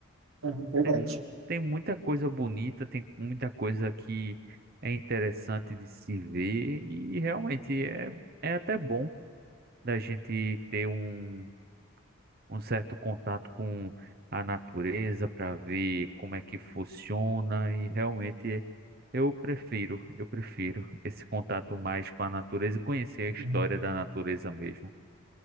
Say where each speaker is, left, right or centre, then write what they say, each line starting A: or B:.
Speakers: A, on the right; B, on the right.
A: Uhum, verdade.
B: Tem tem muita coisa bonita, tem muita coisa que é interessante de se ver e realmente é, é até bom da gente ter um, um certo contato com a natureza para ver como é que funciona e realmente eu prefiro, eu prefiro esse contato mais com a natureza e conhecer a
A: Uhum.
B: história da natureza mesmo.